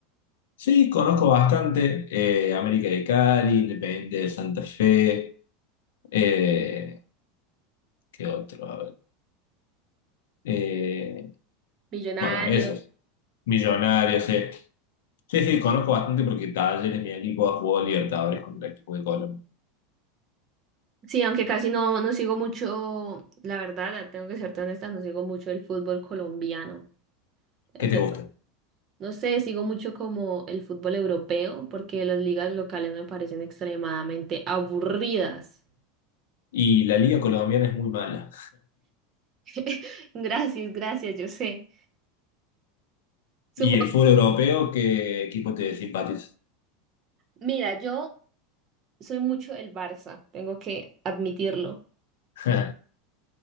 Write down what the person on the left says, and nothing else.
Sí, conozco bastante. eh, América de Cali, Independiente de Santa Fe. eh, ¿qué otro? Eh,
bueno, esos. Millonarios, sí. Sí, sí, conozco bastante porque Talleres, mi equipo, ha jugado Libertadores contra el equipo de Colombia.
¿Qué te
gusta?
Y la liga colombiana es muy mala.
¿Y el fútbol europeo, qué equipo te simpatiza?
<laughs>